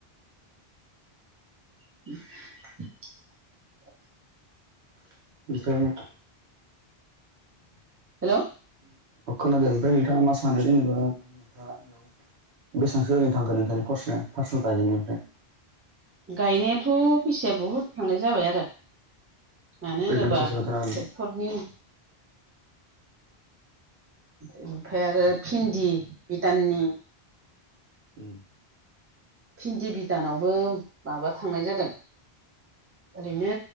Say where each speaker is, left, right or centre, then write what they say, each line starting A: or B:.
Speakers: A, on the right; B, on the right.
A: <unintelligible>
B: <unintelligible>
A: हेल'
B: खोनादों ओमफ्राय नोंथाङा मा सानो जेनेबा नोंथाङा? बेसेबां सो ओरै थांगोन नोंथांनि कर्स पारसनेल गायजेननायनिफ्राइ
A: गायनायाथ' फैसाया बहुद थांनाय जाबाय आरो। मानो
B: ओरैनो
A: होनोबा
B: बेसेबांसो
A: ट्रेक्टरनि
B: खोन्थानो हागोन नों
A: ओमफ्राय आरो भिन्दि भटाननि <unintelligible>
B: उ <inaudible>
A: भिन्दि बिदानावबो माबा थांनाय जादों। ओरैनो